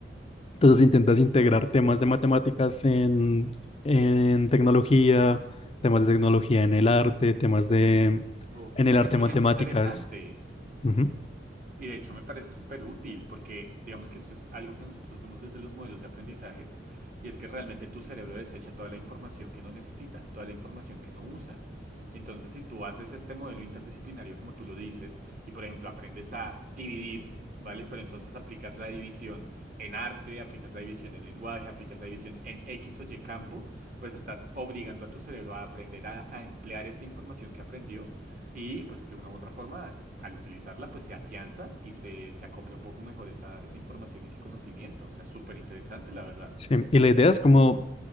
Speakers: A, on the left; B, on the right.
A: Entonces intentas integrar temas de matemáticas en, en tecnología, temas de tecnología en el arte, temas de
B: Ok,
A: en el arte
B: oye,
A: matemáticas.
B: es interesante.
A: Ujú.
B: Y de hecho me parece súper útil porque digamos que esto es algo que nosotros vemos desde los modelos de aprendizaje y es que realmente tu cerebro desecha toda la información que no necesita, toda la información que no usa. Entonces, si tú haces este modelo interdisciplinario como tú lo dices y por ejemplo aprendes a dividir, ¿vale? Pero entonces aplicas la división en arte, aplicas la división en lenguaje, aplicas la división en X o Y campo, pues estás obligando a tu cerebro a aprender a a emplear esta información que aprendió y pues de una u otra forma, al utilizarla, pues se afianza y se, se acopla un poco mejor esa, esa información y ese conocimiento. O sea, súper interesante, la verdad.
A: Sí, Y la idea es como